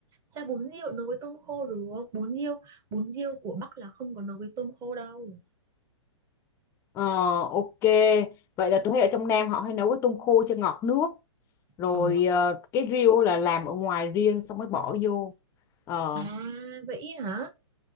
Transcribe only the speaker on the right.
sao bún riêu nấu với tôm khô được? Bún riêu, bún riêu của Bắc là không có nấu với tôm khô đâu.
Ờ,
à vậy hả?